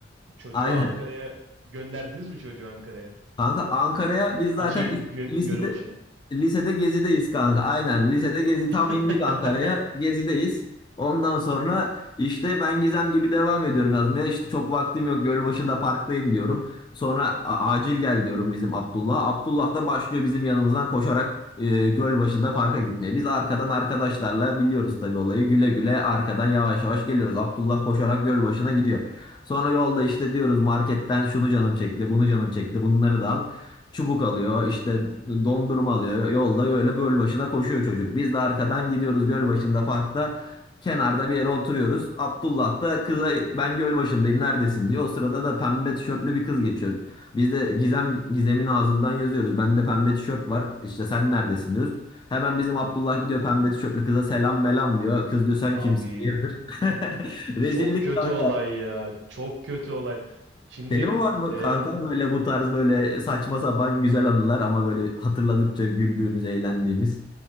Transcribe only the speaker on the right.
çocuğu
Ankara'ya gönderdiniz mi çocuğu Ankara'ya?
A, şey
gö-
Gölbaşı'na.
<laughs>
Abi
çok kötü
olay ya. Çok kötü olay. Şimdi
e,